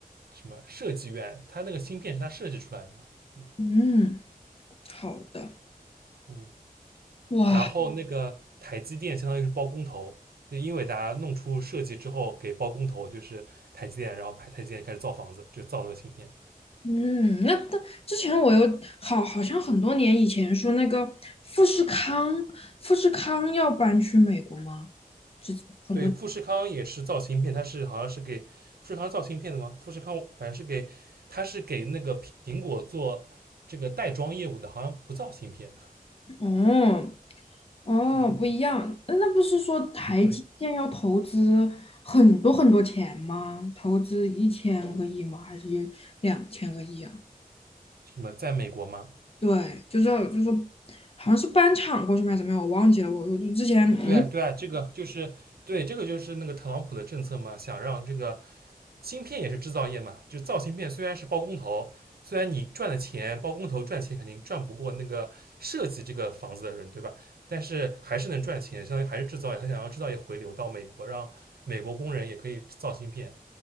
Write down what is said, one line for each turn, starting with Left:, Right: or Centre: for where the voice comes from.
Right: 什么设计院，它那个芯片是它设计出来的嘛，嗯
Left: 嗯，好的，
Right: 嗯，
Left: 哇，
Right: 然后那个台积电相当于是包工头，就英伟达弄出设计之后给包工头，就是台积电，然后台台积电开始造房子，就造那个芯片，
Left: 嗯，那那之前我有好好像很多年以前说那个富士康，富士康要搬去美国吗？之很多
Right: 对，富士康也是造芯片，它是好像是给富士康造芯片的吗？富士康反正是给，它是给那个苹果做这个袋装业务的，好像不造芯片。
Left: 哦哦不一样，
Right: 嗯，
Left: 那那不是说台积电要投资很多很多钱吗？
Right: 对，
Left: 投资一千个亿吗？还是有两千个亿啊？
Right: 什么在美国吗？
Left: 对，就是就是说，好像是搬厂过去吗？还是怎么样？我忘记了。我我就之前你
Right: 对啊，对啊，这个就是对，这个就是那个特朗普的政策嘛，想让这个芯片也是制造业嘛，就造芯片虽然是包工头，虽然你赚的钱，包工头赚钱肯定赚不过那个设计这个房子的人，对吧？但是还是能赚钱，相当于还是制造业，他想要制造业回流到美国，让美国工人也可以造芯片。